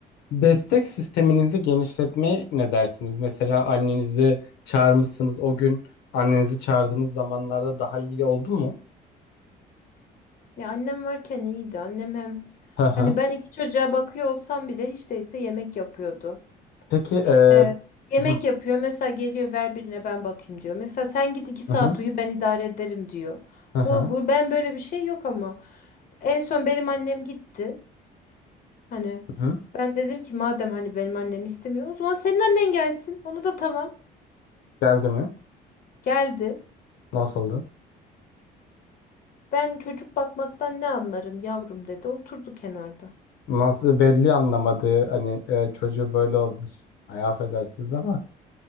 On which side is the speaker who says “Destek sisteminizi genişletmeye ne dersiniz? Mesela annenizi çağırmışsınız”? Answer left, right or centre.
Left